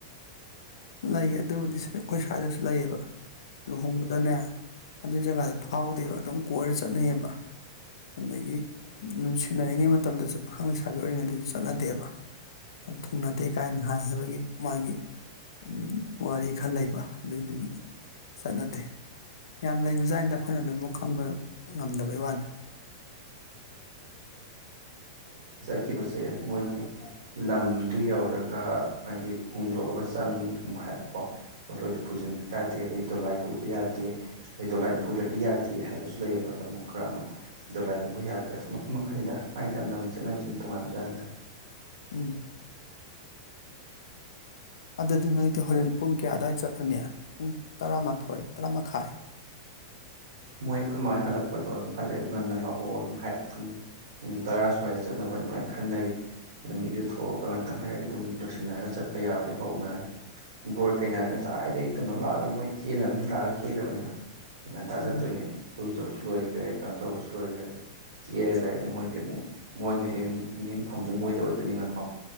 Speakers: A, on the left (about 85°); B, on the right (about 80°).
A: ꯂꯩꯌꯦ ꯑꯗꯨꯕꯨꯗꯤ ꯁ ꯑꯩꯈꯣꯏ ꯁ꯭ꯋꯥꯏꯗꯁꯨ ꯂꯩꯌꯦꯕ ꯂꯨꯍꯣꯡꯕꯗꯅꯦ ꯑꯗꯨꯒꯤ ꯖꯒꯥꯗ ꯐꯥꯎꯗꯦꯕ ꯑꯗꯨꯝ ꯀꯣꯏꯔ ꯆꯠꯅꯩꯌꯦꯕ ꯑꯗꯒꯤ ꯅꯨꯡꯁꯤꯅꯔꯤꯉꯩ ꯃꯇꯝꯗꯁꯨ ꯄꯥꯈꯪ ꯂꯩꯁꯥꯕꯤ ꯑꯣꯏꯔꯤꯉꯩꯗꯁꯨ ꯆꯠꯅꯗꯦꯕ ꯑ ꯊꯨꯡꯅꯗꯦ ꯀꯥꯏꯅ ꯍꯥꯏ ꯍꯥꯏꯕꯒꯤ ꯃꯥꯒꯤ ꯎꯝ ꯋꯥꯔꯤ ꯈꯟ ꯂꯩꯕ ꯑꯗꯨꯗꯨꯒꯤ ꯆꯠꯅꯗꯦ ꯌꯥꯝ ꯂꯩꯕꯖꯥꯠꯅꯤꯗ ꯑꯩꯈꯣꯏꯅ ꯂꯣꯏꯃꯛ ꯈꯪꯕ ꯉꯝꯗꯕꯩ ꯋꯥꯅꯤ
B: ꯈꯤꯕꯁꯦ ꯃꯣꯏꯒꯤ ꯂꯝꯗꯨ ꯌꯧꯔꯒ ꯍꯥꯏꯗꯤ ꯍꯣꯡꯗꯣꯛꯑꯒ ꯆꯪꯉꯤꯒꯨꯝꯕ ꯍꯥꯏꯕꯀꯣ ꯄꯣꯂꯣꯏꯗꯨ ꯄꯨꯖꯤꯟꯕ ꯌꯥꯗꯦ ꯑꯗꯩ ꯗꯣꯂꯥꯏ ꯄꯨꯕ ꯌꯥꯗꯦ ꯑꯗꯩ ꯗꯣꯂꯥꯏ ꯄꯨꯗ꯭ꯔꯗꯤ ꯌꯥꯗꯦ ꯍꯥꯏꯕꯁꯨ ꯂꯩꯑꯕ ꯂꯝ ꯈꯔ ꯑꯃ ꯗꯣꯂꯥꯏ ꯄꯨꯕ ꯌꯥꯗꯦ ꯌꯦꯁ ꯃꯈꯜ ꯃꯈꯜꯅꯤꯗ ꯃꯥꯏ ꯂꯝ ꯂꯝꯒꯤ ꯆꯠꯅꯕꯁꯤ ꯑꯗꯨꯝ ꯇꯣꯡꯉꯥꯟꯕꯖꯥꯠꯅꯤꯗ
A: ꯎꯝ ꯑꯗꯨꯗꯤ ꯅꯣꯏ ꯗꯤ ꯍꯣꯔꯦꯟ ꯄꯨꯡ ꯀꯌꯥ ꯑꯗ꯭ꯋꯥꯏ ꯆꯠꯂꯅꯤ ꯄꯨꯡ ꯇꯔꯥꯃꯥꯊꯣꯏ ꯇꯔꯥꯃꯈꯥꯏ
B: ꯃꯣꯏ ꯑꯩꯈꯣꯏ ꯃꯥ ꯍꯣꯏ ꯍꯜꯂꯛꯄꯗꯣ ꯑꯗꯨꯝ ꯍꯜꯂꯛꯑꯦ ꯉꯟꯅ ꯂꯥꯛꯑꯣ ꯑꯗꯨꯝ ꯍꯥꯏꯔꯦ ꯑꯗꯨꯝ ꯄꯨꯡ ꯇꯔꯥ ꯁ꯭ꯋꯥꯏꯗ ꯆꯠꯅꯕ ꯑꯗꯨꯃꯥꯏꯅ ꯈꯟꯅꯔꯤ ꯑꯗꯨꯝ ꯃꯤꯁꯨ ꯊꯣꯛꯑꯒ ꯉꯥꯇꯪ ꯂꯩꯔꯗꯤ ꯑꯗꯨꯝ ꯂꯣꯏꯁꯤꯟꯅꯔꯒ ꯆꯠꯄ ꯌꯥꯕꯩ ꯍꯧꯅꯔꯅꯤ ꯕꯣꯔ ꯀꯩꯅꯥꯗꯤ ꯉꯁꯥꯏꯗꯩ ꯀꯩꯅꯣ ꯂꯥꯛꯑꯒ ꯃꯣꯏ ꯀꯦꯅꯕ ꯃꯤ ꯂꯥꯛꯑꯒ ꯀꯦꯒ꯭ꯔꯕꯅꯤꯗ ꯉꯟꯇꯥ
A: ꯎꯝ
B: ꯇꯣꯏꯅꯦ ꯏꯔꯨꯖꯕꯁꯨ ꯂꯣꯏꯈ꯭ꯔꯦ ꯀꯩꯅꯣ ꯇꯧꯔꯁꯨ ꯇꯣꯏꯈ꯭ꯔꯦ ꯀꯦꯔꯒ ꯂꯩꯔꯅꯤ ꯃꯣꯏꯗꯤ ꯑꯃꯨꯛ ꯃꯣꯏꯒꯤ ꯍꯌꯦꯡ ꯃꯤꯠꯌꯦꯡꯐꯝꯗꯨ ꯃꯣꯏꯗ ꯑꯣꯏꯗꯣꯏꯅꯤꯅ ꯀꯣ